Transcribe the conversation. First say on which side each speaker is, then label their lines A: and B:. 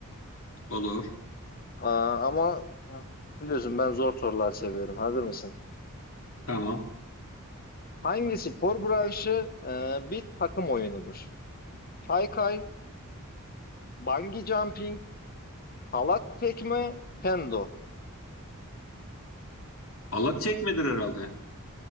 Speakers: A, on the left; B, on the left.
A: Olur.
B: Aa, ama ah, biliyorsun ben zor sorular seviyorum. Hazır mısın?
A: Tamam.
B: Hangi spor branşı e, bir takım oyunudur? Kaykay, bungee jumping, halat tekme, kendo.
A: Allah çekmedir herhalde.